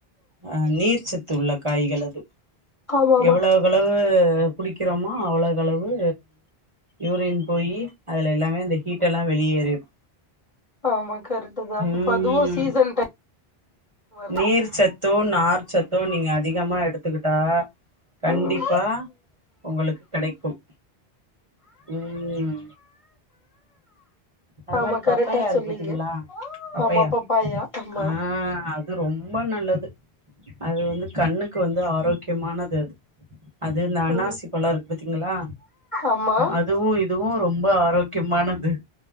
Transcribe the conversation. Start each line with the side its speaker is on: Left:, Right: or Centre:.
Right: ஆ நீர்ச்சத்து உள்ள காய்கள் அது
Left: ஆமா ஆமா
Right: எவ்ளோ எவ்வளவு குடிக்கிறோமோ அவ்ளோகளவு யூரின் போயி அதுல எல்லாமே இந்த ஹீட்டெல்லா வெளியேறிம்
Left: ஆமா கரெக்ட் தா
Right: ம்
Left: அதுவும் சீசன் டைம் வருது
Right: நீர் சத்து நார் சத்து நீங்க அதிகமா எடுத்துக்கிட்டா கண்டிப்பா
Left: ம்
Right: உங்களுக்கு கெடைக்கும் உம் அது
Left: ஆமா
Right: மாறி
Left: கரெக்டா
Right: பப்பையா இருக்கு
Left: சொன்னீங்க
Right: பாத்தீங்களா பப்பையா
Left: ஆமா பப்பாயா ஆமா
Right: ஆ அது ரொம்ப நல்லது அது வந்து கண்ணுக்கு வந்து ஆரோக்கியமானது அது இந்த அன்னாசி
Left: ம்
Right: பழம் இருக்கு பாத்தீங்களா
Left: ஆமா
Right: அதுவும் இதுவும் ரொம்ப ஆரோக்கியமானது